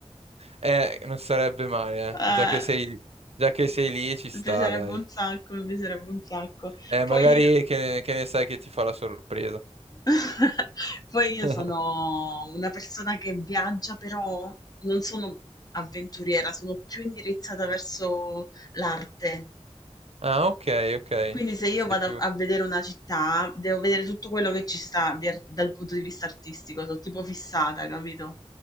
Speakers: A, on the right; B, on the left.
A: eh, non sarebbe male,
B: Eh,
A: eh, già che sei, già che sei lì ci sta,
B: mi piacerebbe
A: dai.
B: un sacco, mi piacerebbe un sacco.
A: Eh,
B: Poi,
A: magari che ne, che ne sai che ti fa la sorpresa.
B: <laughs> poi io
A: <laughs>
B: sono una persona che viaggia, però non sono avventuriera, sono più indirizzata verso l'arte.
A: Ah, ok, ok,
B: Quindi se io
A: sei
B: vado
A: più...
B: a vedere una città, devo vedere tutto quello che ci sta di ar- dal punto di vista artistico, sono tipo fissata, capito?